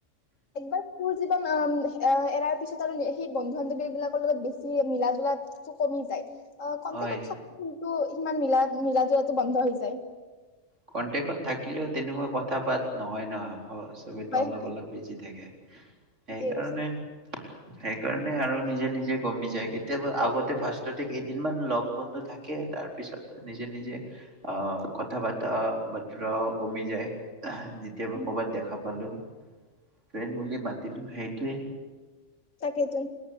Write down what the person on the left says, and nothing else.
একবাৰ কু জীৱন, এ' এৰাৰ পিছত আৰু সেই বন্ধু বান্ধৱী বিলাকৰ লগত বেছি মিলা জলাটো কমি যায়। অঁ কন্তেক'ত
থাকু। টো ইিমান মিলা মিলা জলাতটো বন্ধ হৈ যায়।
হয়,
হয়
ঠিকেই কৈছা।
উম।
তাকে তুন,